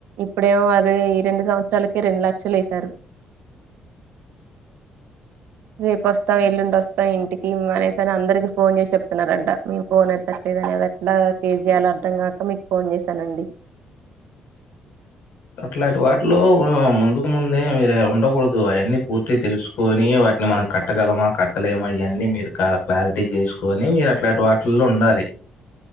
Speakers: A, on the right; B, on the left.
A: ఇప్పుడేమో వారు ఈ రెండు సంవత్సరాలకే రెండు లక్షలు ఏసారు. రేపు వస్తాం, ఎల్లుండి వస్తాం ఇంటికి అనేసని అందరికి ఫోన్ చేసి చెప్తున్నారంట మీ ఫోన్ ఎత్తట్లేదు అనేదిట్లా ఫేజ్ చేయలో అర్ధం కాక మీకు ఫోన్ చేసానండి
B: అట్లాంటి వాటిలో ముందుకు ముందే మీరే ఉండకూడదు. ఓ ఆయన్నీ పూర్తిగ తెలుసు. పోని వాటిని మనం కట్. కట్టగలమా కట్టలేమా ఇయన్నీ, మీరు కార్. క్లారిటీ చేసుకొని, మీరు అట్లాంటి వాటిల్లో ఉండాలి.